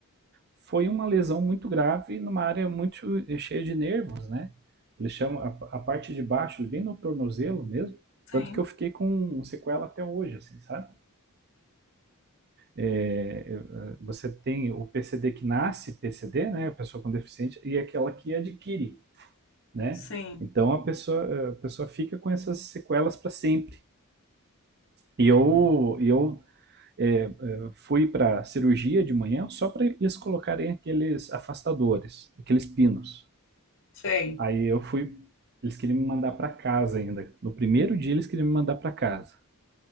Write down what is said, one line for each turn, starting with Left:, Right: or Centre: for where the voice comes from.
Right: foi uma lesão muito grave numa área muito eh, cheia de nervos, né? Eles chamam a, a parte de baixo, bem no tornozelo mesmo,
Left: Sim.
Right: tanto que eu fiquei com um sequela até hoje, assim, sabe? É, é, você tem o PCD que nasce PCD, né? A pessoa com deficiência, e é aquela que adquire, né?
Left: Sim.
Right: Então a pessoa, a pessoa fica com essas sequelas para sempre. E eu, eu é, é, fui para cirurgia de manhã só para eles colocarem aqueles afastadores, aqueles pinos.
Left: Sei.
Right: Aí eu fui. Eles queriam me mandar pra casa ainda. No primeiro dia eles queriam me mandar pra casa.